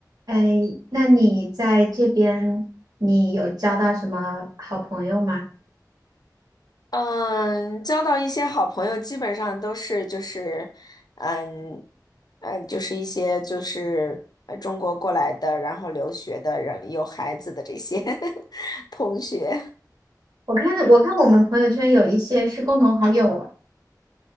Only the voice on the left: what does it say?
嗯，交到一些好朋友，基本上都是就是，嗯嗯，就是一些就是呃中国过来的，然后留学的人，有孩子的这些 <laughs> 同学。